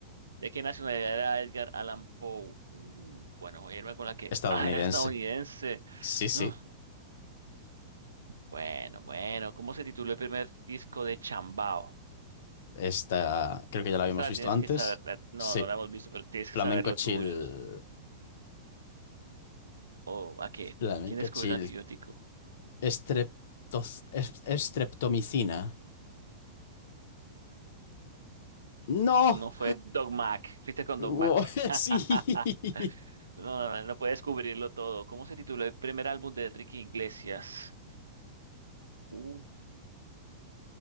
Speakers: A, on the right; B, on the left.
A: ¿De qué nacionalidad era Edgar Allan Poe? Uh, bueno, voy a irme con la que.
B: Estadounidense.
A: Ah, era estadounidense.
B: Sí, sí.
A: Ah, bueno, bueno. ¿Cómo se tituló el primer disco de Chambao?
B: Esta creo que ya la
A: Esta
B: habíamos
A: la
B: visto
A: tienes
B: antes.
A: que saber. la- No,
B: Sí.
A: no la hemos visto, pero tienes que
B: Flamenco
A: saberlo
B: chill.
A: tú, yo no sé. ¿O a qué?
B: Flamenco
A: ¿Quién descubrió
B: chill.
A: el antibiótico?
B: Estreptoz- es- Estreptomicina. ¡No!
A: No fue Doc Mac. Fuiste con
B: Wo-
A: Doc Mac.
B: <laughs>
A: <laughs>
B: Sí.
A: No, no, no, no puedes cubrirlo todo. ¿Cómo se tituló el primer álbum de Enrique Iglesias? Uh,